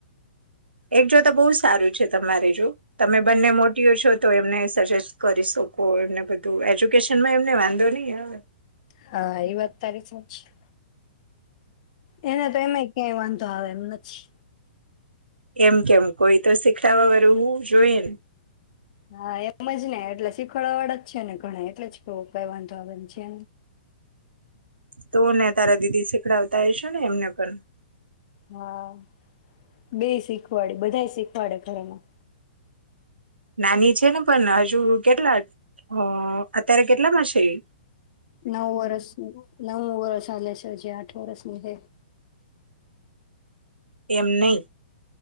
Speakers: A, on the right; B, on the left.
A: એક જોતા બહુ સારું છે તમારે જો તમે બંને મોટીઓ છો તો એમને સજેસ્ટ કરી શકો એમને બધું એજ્યુકેશનમાં એમને વાંધો નહી આવે.
B: હા વત <unintelligible> છે એને તો એમે ક્યાંય વાંધો તો એમ નથી
A: એમ કેમ કોઈ તો શીખડવા વાળું હોવું જોઈએ ને
B: હા એમ જ ને એટલે શીખવાડવા વાળ જ છે ને ઘણા એટલે જ કે ક વાંધો આને છે.
A: તું ને તારા દીદી શીખડાવતા હ છે ને એમને પણ
B: હા બે શીખવાડે બધા શીખવાડે ઘરેમાં
A: નાની છે ને પણ હજુ કેટલા અ અત્યારે કેટલામાં છે એ?
B: નવ વર્ષ નવ વર્ષ આલ સરજી આઠ વરષ <unintelligible>
A: એમ નહી